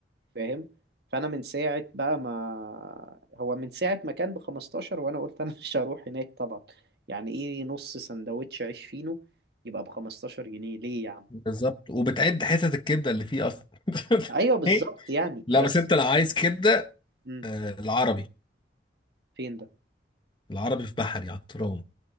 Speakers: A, on the right; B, on the left.
A: فاهم فأنا من ساعة بقى ما هو من ساعة ما كان ب 15 وأنا قلت أنا <laughs> مش هروح هناك طبعا يعني إيه نص سندوتش عيش فينو يبقى ب 15 جنيه ليه يا عم
B: بالظبط وبتعد حتت الكبده اللي فيه اصلا
A: أيوه
B: <laughs>
A: بالظبط يعني
B: لا
A: بس
B: بس انت لو عايز كبده
A: مم.
B: آه، العربي
A: فين ده
B: العربي في بحري على الترام